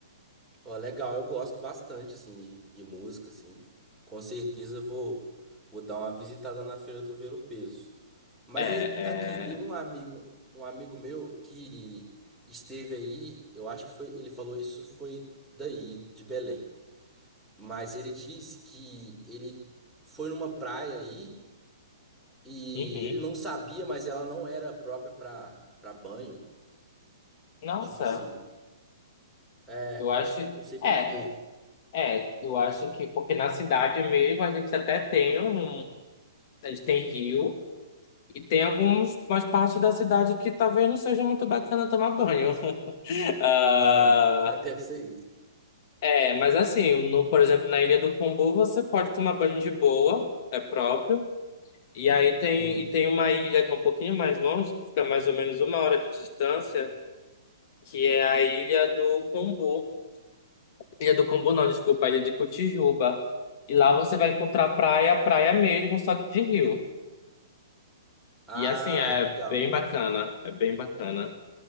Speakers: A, in the centre; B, on the left.
A: Ó, legal. Eu gosto bastante, assim, de, de música, assim. Com certeza eu vou, vou dar uma visitada na Feira do Ver o Peso. Mas
B: É, é.
A: a- aqui, tem um amigo, um amigo meu que esteve aí, eu acho que foi, ele falou isso foi daí, de Belém. Mas ele disse que ele foi numa praia aí E
B: Uhum.
A: ele não sabia, mas ela não era própria pra, pra banho.
B: Nossa,
A: Tipo assim, é,
B: eu acho.
A: não sei por
B: É,
A: quê.
B: é, eu acho que porque na cidade mesmo a gente até tem um. A gente tem rio e tem algumas umas partes da cidade que talvez não seja muito bacana tomar banho. <laughs> Ah,
A: Ah, <laughs> deve ser isso.
B: é, mas assim, no, por exemplo, na Ilha do Combu você pode tomar banho de boa, é próprio. E aí tem,
A: Hum.
B: e tem uma ilha que é um pouquinho mais longe, que fica mais ou menos uma hora de distância, que é a Ilha do Combu. Ilha do Combu não, desculpa, a Ilha de Cotijuba. E lá você vai encontrar praia, praia mesmo, só que de rio.
A: Ah,
B: E assim, é
A: legal,
B: bem bacana, é bem bacana.